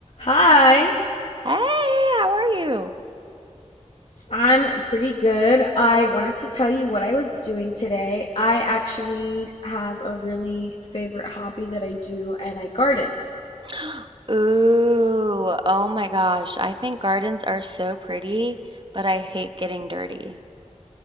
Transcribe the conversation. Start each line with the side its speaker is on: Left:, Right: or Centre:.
Left: Hi,
Right: Hey, how are you?
Left: I'm pretty good. I wanted to tell you what I was doing today. I actually have a really favorite hobby that I do, and I garden.
Right: <gasps> Ooh, oh my gosh. I think gardens are so pretty, but I hate getting dirty.